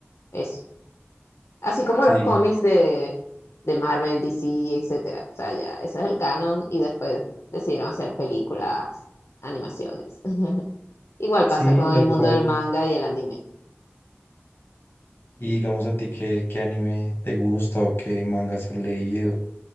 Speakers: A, on the left; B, on the left.
A: eso. Así como
B: Sí,
A: los cómics de, de Marvel, DC, etcétera. O sea, ya, ese es el canon y después decidieron hacer películas, animaciones. <laughs> Igual
B: sí,
A: pasa con
B: tal
A: el mundo
B: cual.
A: del manga y el anime.
B: Y digamos a ti qué, qué anime te gusta o qué mangas has leído.